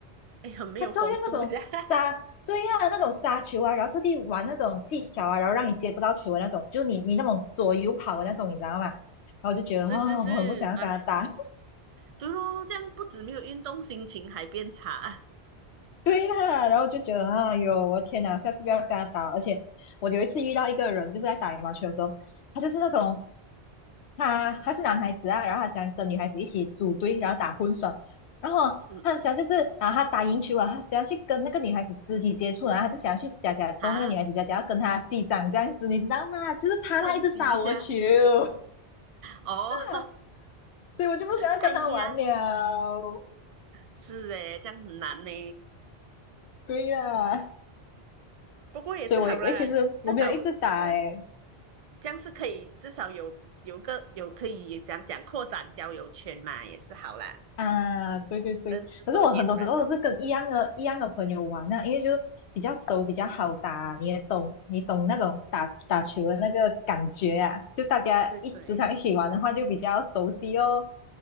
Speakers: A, on the right; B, on the left.
A: 哎，很没有风度噻，
B: 他照样那种杀对呀、
A: <laughs>
B: 那种杀球啊，然后特地玩那种技巧啊，然后让你接不到球的那种，就你你那种左右跑的那种，你知道吗？然后就觉得啊、
A: 是是是，
B: 我很不想要跟他打。
A: 哎，对咯，这样不止没有运动，心情还变差，
B: <laughs> 对啦，然后就觉得哎呦，我天哪，下次不要跟他打。而且我有一次遇到一个人，就是在打羽毛球的时候，他就是那种他他是男孩子啊，然后他想跟女孩子一起组队，然后打混双，然后他想就是啊，
A: <laughs> 嗯，
B: 他打赢球啊，他想要去跟那个女孩子肢体接触，然后他就想要去夹夹动那个女孩子夹夹，
A: 哈，
B: 假假要跟她击掌这样子，你知道吗？就是他，
A: 趁机一下，
B: 他一直杀我球，对
A: 哦，<laughs>
B: 呀、啊所以我就不想要跟他玩了，
A: 哎呀，是诶，这样很难呢，
B: 对呀、啊
A: 不过也是好啦，
B: 所以我我其实我没有一直打诶、
A: 你至少是
B: 欸
A: 这样是可以，至少有有个有可以讲讲扩展交友圈嘛，也是好啦，
B: 啊，对对对，
A: 认识多点人哦，
B: 可是我很多时候是跟一样的、一样的朋友玩啊，因为就比较熟、比较好打，你也懂，你懂那种打打球的那个感觉啊，就大家一时常一起玩的话，
A: 对对，
B: 就比较熟悉哦。